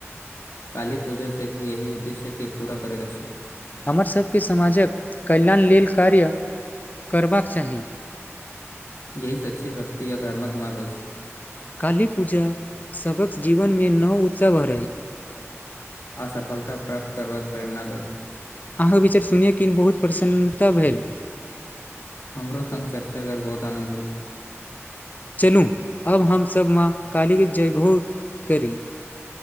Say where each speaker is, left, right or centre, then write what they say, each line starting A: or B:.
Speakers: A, on the left; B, on the left.
A: काली पूजा सेहो यही उद्देश्य के पूरा करति अछि
B: हमर सभके समाजक कल्याण लेल कार्य करबाक चाही
A: यही सच्ची भक्ति या धर्मक मार्ग अछि
B: काली पूजा सभक जीवन मे नव उत्सव भरै
A: आ सफलता प्राप्त करबाक प्रेरणा दै
B: अहाँके विचार सुनियौ किन बहुत प्रसन्नता भेल
A: हमरो संग चर्चा कर बहुत आनन्द होयल
B: चलू अब हमसभ माँ काली के जगभोर करी